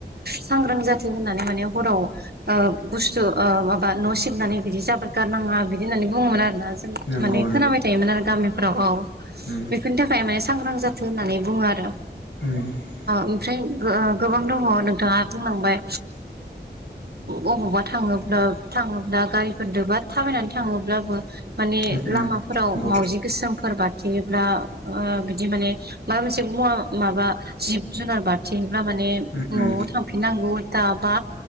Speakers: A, on the right; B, on the left.
A: सांग्रां जाथों होननानै माने हराव ओ बुस्थु माबा न' सिबनानै बिदि जाबाद गारनाङा बिदि होननानै बुङोमोन आरोना।
B: नंगौ
A: माने खोनाबाय थायोमोन आरो गामिफोराव औ
B: उम
A: बेफोरनि थाखाय माने सांग्रां जाथों होननानै बुङो आरो।
B: <unintelligible>
A: ओमफ्राय गोबां दङ नोंथाङा बुंलांबाय ओ अबावबा थाङोब्ला थाङोब्ला गारिफोरजोंबा थाबायनानै थाङोब्लाबो माने
B: उम उम
A: लामाफोराव
B: नंगौ
A: मावजि गोसोमफोर बारथिोयोब्ला ओ बिदि माने माबा मोनसे मुवा माबा जिब जुनार बारथिहैब्ला माने
B: उम
A: न'आव
B: उम
A: थांफिननांगौ उल्था बा